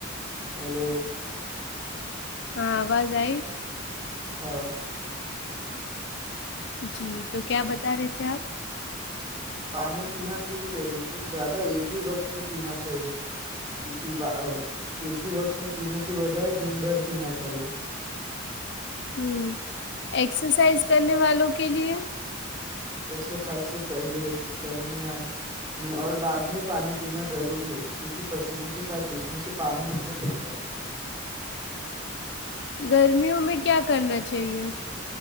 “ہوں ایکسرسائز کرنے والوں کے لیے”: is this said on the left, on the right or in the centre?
Left